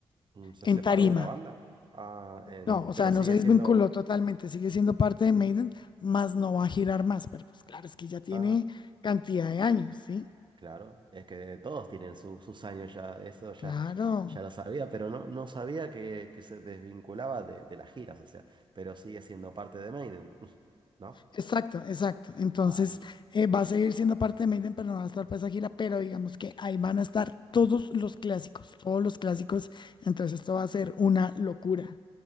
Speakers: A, on the right; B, on the left.
A: mm, se
B: en
A: separó
B: tarima.
A: de la banda. Ah, en-
B: No, o sea,
A: pero
B: no
A: sigue
B: se desvinculó
A: siendo...
B: totalmente, sigue siendo parte de Maiden, más no va a girar más, pero pues claro, es que ya tiene
A: Ah,
B: cantidad de años, ¿sí?
A: claro, es que todos tienen su- sus años ya, eso ya,
B: Claro.
A: ya lo sabía, pero no, no sabía que, que se desvinculaba de, de las giras, o sea, pero sigue siendo parte de Maiden, <laughs> ¿no?
B: Exacto, exacto. Entonces,
A: Ah, listo.
B: eh, va
A: Sí.
B: a seguir siendo parte de Maiden, pero no va a estar para esa gira, pero digamos que ahí van a estar todos los clásicos, todos los clásicos. Entonces, esto va a ser una locura.